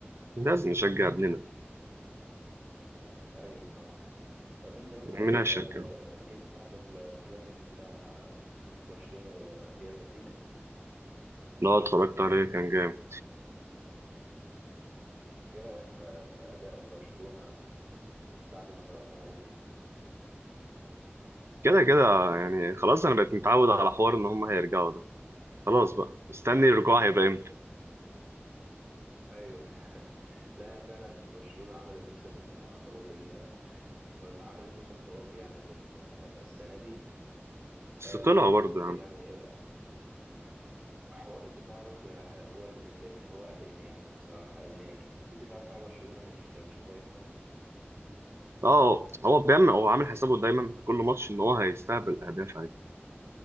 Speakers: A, on the right (about 80°); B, on the right (about 35°).
A: لازم نشجع ابننا
B: ايوه طبعا طب انت مثلا
A: مين هيشجعه؟
B: آه، اكيد سمعت الكلاسيكو بتاع آه، برشلونه وريال مدريد
A: لا اتفرجت عليه كان جامد
B: ايه رايك في في اداء برشلونه بعد ما تلقى الهدفين
A: كده كده يعني خلاص انا بقيت متعود على حوار ان هم هيرجعوا ده خلاص بقى مستني الرجوع هيبقى امتى
B: ايوه <laughs> لا فعلا برشلونه عملت موسم خرافي ال- عملت موسم خرافي يعني في ال- السنه دي
A: بس
B: آه،
A: طلعوا
B: بس
A: برضه يا
B: يعني
A: عم
B: حوار الدفاع برضه هو اللي مقلقني هو قلقني يعني الصراحة لأن الدفاع بتاع برشلونة مش مش كويس أوي
A: اه هو بيعمل هو عامل حسابه دايما في كل ماتش ان هو هيستقبل اهداف عادي